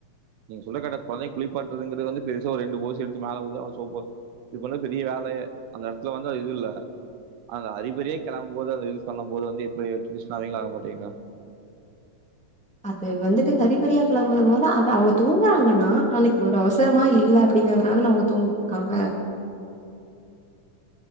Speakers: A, on the right (about 85°); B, in the centre.
A: நீங்க சொல்ற கரட்ட கொழந்தைய குளிப்பாட்டுறதுங்கிறது வந்து பெருசா ஒரு ரெண்டு போசி எடுத்து மேல ஊத்தி அவ சோப்ப இது பண்றது பெரிய வேலையே அந்த எடத்துல வந்து அது இது இல்ல அந்த அறிபறிய கிளம்பும்போது அது இது பண்ண போது வந்து இப்ப <unintelligible> ஆவிங்களா ஆக மாட்டீங்குளா
B: அது வந்துட்டு கரிபரியா <unintelligible> அத அவுங்க தூங்குறாங்குன்னா அன்னிக் ஒரு அவசரமா இல்ல அப்பிடிங்கறிறதுனால தான அவுங்க தூங்கிட்ருக்காங்க